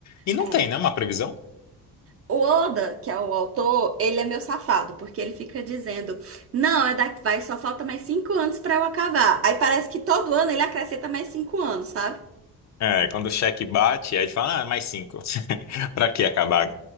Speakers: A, on the left; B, on the right.
A: E não
B: É.
A: tem, né, uma previsão?
B: O Oda, que é o autor, ele é meu safado, porque ele fica dizendo: Não, é daqui, vai, só falta mais cinco anos pra eu acabar. Aí parece que todo ano ele acrescenta mais cinco anos, sabe?
A: É, quando o cheque bate, aí ele fala, ah, é mais cinco. <laughs> Pra que acabar